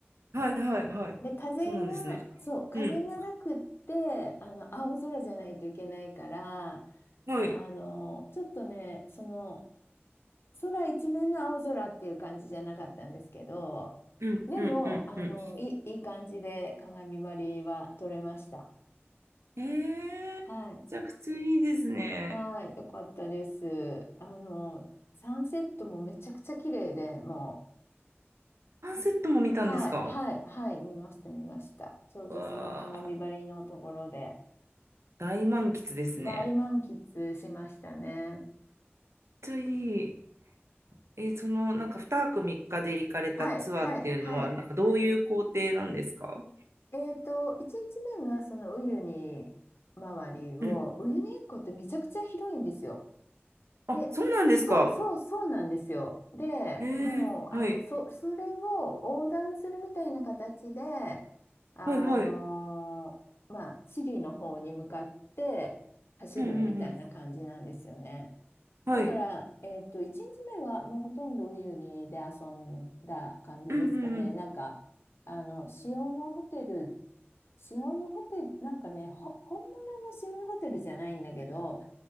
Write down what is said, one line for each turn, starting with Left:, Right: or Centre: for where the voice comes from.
Right: はいはいはい。
Left: で、風が、
Right: そうなんですね。
Left: そう、風がなくって、
Right: うん。
Left: あの青空じゃないといけないから、
Right: はい。
Left: あのちょっとね、その空一面の青空っていう感じじゃなかったんですけど、
Right: うんうんうんうん。
Left: でも、あの、いい、いい感じで鏡張りは撮れました。
Right: ええめちゃくちゃいいですね。
Left: はい。はい。よかったです。あの、サンセットもめちゃくちゃ綺麗で、もう、
Right: アンセットも見たんですか
Left: はい、はい、はい、見ました、見ました。ちょうどその鏡張りのところで、
Right: わあ、大満喫ですね。
Left: 大満喫しましたね。
Right: めっちゃいい。え、その、なんか2泊3日で行かれたツアーっていうのは、
Left: はい、はい、はい。
Right: なんかどういう行程なんですか
Left: えっと、1日目がそのウユニ周りを、
Right: うん
Left: ウユニ塩湖ってめちゃくちゃ広いんですよ。
Right: あ、
Left: で、
Right: そうなんですか。
Left: そうそうそうなんですよ。で、
Right: ええはい。
Left: もう、あの、そ、それを横断するみたいな形で、あのーまあ、
Right: はいはい。
Left: チリの方に向かって走るみたいな感じなんですよね。
Right: うんうんうん。はい。
Left: だから、えっと、1日目はもうほとんどウユニで遊んだ感じですかね。
Right: うんうんうん。
Left: なんか、あの、塩のホテル塩のホテル、なんかね、ほ、本物の塩のホテルじゃないんだけど、